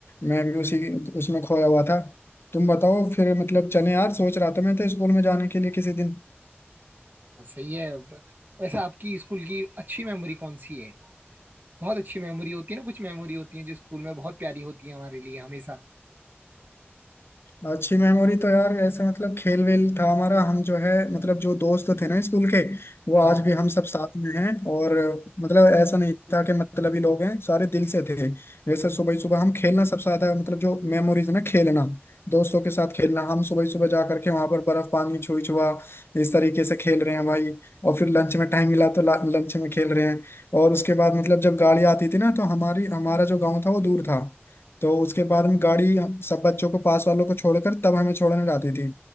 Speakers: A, on the left; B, on the right.
A: मैं भी उसी उसमें खोया हुआ था तुम बताओ फिर मतलब चले यार सोच रहा था मैं तो स्कूल में जाने के लिए किसी दिन
B: हाँ सही है ब- वैसे आपकी स्कूल की अच्छी मेमोरी कौन सी है बहुत अच्छी मेमोरी होती है ना कुछ मेमोरी होती है जो स्कूल में बहुत प्यारी होती है हमारे लिए हमेशा
A: अच्छी मेमोरी तो यार ऐसे मतलब खेल वेल था हमारा हम जो है मतलब जो दोस्त थे ना स्कूल के वो
B: हाँ
A: आज भी हम सब साथ में हैं और मतलब ऐसा नहीं था कि मतलब ही लोग हैं सारे दिल से थे जैसे सुबह सुबह हम खेलना सबसे ज्यादा मतलब जो मेमोरीज ना खेलना दोस्तों के साथ खेलना हम सुबह सुबह जा करके वहां पर बर्फ पानी छुई छुआ इस तरीके से खेल रहे हैं भाई और फिर लंच में टाइम मिला तो लंच में खेल रहे हैं और उसके बाद मतलब जब गाड़ी आती थी ना तो हमारी हमारा जो गाँव था वो दूर था तो उसके बाद हम गाड़ी हम- सब बच्चों को पास वालों को छोड़कर तब हमें छोड़ने जाती थी